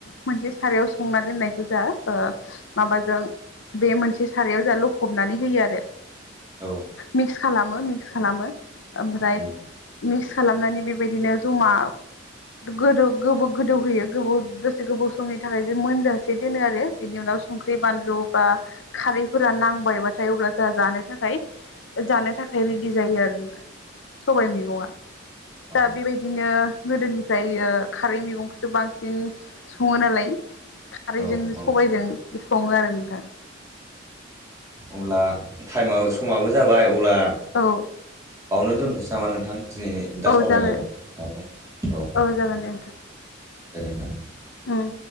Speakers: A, on the left (about 70°); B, on the right (about 15°).
A: मोनसे सारायाव संना दोननाय गोजा ओ माबा जों बे मोनसे सारायाव जों ल'खबनानै होयो आरो
B: औ
A: मिक्स खालामो मिक्स, खालामो ओमफ्राय
B: उम
A: मिक्स खालामनानै बेबायदिनो जमा, गोदौ गोबौ गोदौ होयो गोबाव दसे गोबाव समनि थाखाय जे मोनजासे दोनो आरो बिनि उनाव संख्रि
B: उम
A: बानलु बा खारैफोरा नांबायबाथाय अब्ला जोंहा जानो थाखाय जानो थाखाय रेडि जायो आरो
B: <inaudible>
A: सबाय मैगङा
B: औ
A: दा बेबायदिनो गोदोनिफ्राय ओ खारै मैगं सो बांसिन सङो नालाय खारैजों
B: औ औ
A: सबायजों सङो आरो <unintelligible>
B: अब्ला टाइमा समाबो जाबाय अब्ला
A: औ
B: बावनो दोनथ'सै नामा नोंथां दिनैनि दा
A: औ
B: सावरायनाय
A: जागोन
B: माबाखौ औ
A: औ जागोन दे नोंथां
B: दे नोंथां
A: उम